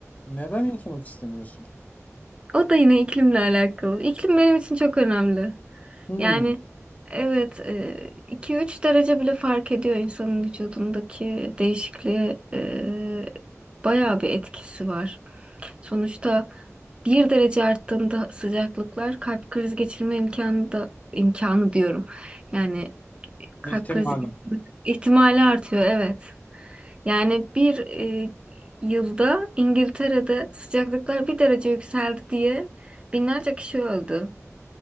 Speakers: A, on the left; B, on the right.
A: Neden yaşamak istemiyorsun?
B: O da yine iklimle alakalı. İklim benim için çok önemli.
A: Hmm,
B: Yani evet e, iki üç derece bile fark ediyor insanın vücudundaki değişikliğe e, bayağı bir etkisi var. Sonuçta bir derece arttığında sıcaklıklar kalp krizi geçirme imkanı da imkanı diyorum. Yani e, kalp
A: ihtimalim.
B: krizi ihtimali artıyor evet. Yani bir e, yılda İngiltere'de sıcaklıklar bir derece yükseldi diye binlerce kişi öldü.